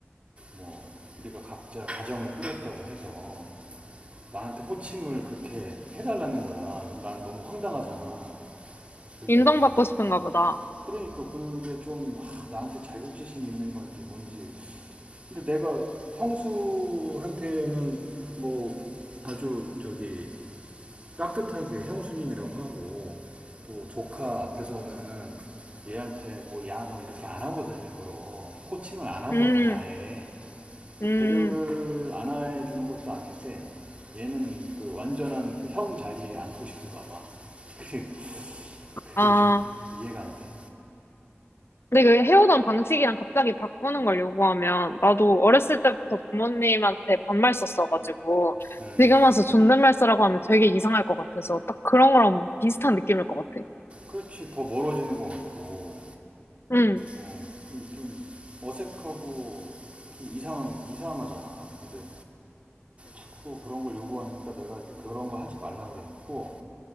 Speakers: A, on the right; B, on the left.
A: 뭐 우리가 각자 가정을 꾸렸다고 해서 나한테 호칭을 그렇게 해달라는 거야. 난 너무 황당하잖아. 그게
B: 인정받고
A: 뭐
B: 싶은가 보다.
A: 그러니까 그게 좀 아, 나한테 자격지심 있는 건지 뭔지 근데 내가 형수한테는 뭐 아주 저기 깍듯하게 형수님이라고 하고 또 조카 앞에서는 얘한테 뭐 야 너 이렇게 안 하거든 일부러 코칭을 안 하거든
B: 음,
A: 아예
B: 음,
A: 그 배려를 안 해주는 것도 아닌데 얘는 그 완전한 그 형 자리에 앉고 싶은가 봐 <laughs> 그게 그게
B: 아.
A: 좀 이해가 안돼
B: 근데 그 헤어던 방식이랑 갑자기 바꾸는 걸 요구하면 나도 어렸을 때부터 부모님한테 반말 썼어가지고
A: 음
B: 지금 와서 존댓말 쓰라고 하면 되게 이상할 것 같아서 딱 그런 거랑 비슷한 느낌일 것 같아.
A: 그렇지 더 멀어지는 것 같고
B: 응,
A: 어, 좀 어색하고 좀 이상한 이상하잖아. 근데 자꾸 그런 걸 요구하니까 내가 이제 그런 거 하지 말라 그랬고